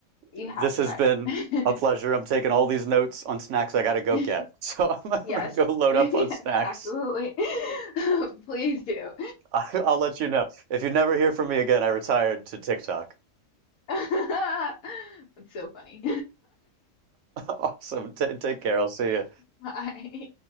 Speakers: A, on the left; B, on the right.
A: You
B: this
A: have to
B: has
A: try
B: been
A: it.
B: a pleasure. I'm taking all these notes on snacks I gotta go
A: <laughs>
B: get. <laughs> So I'm
A: Yes.
B: gonna go
A: <laughs>
B: load
A: Yes,
B: up on snacks.
A: absolutely. <laughs> Please do.
B: I, I'll let you know. If you never hear from
A: <laughs>
B: me again, I retired to TikTok. <laughs>
A: <laughs> It's so funny.
B: Awesome. T take care. I'll see you.
A: <laughs> Bye.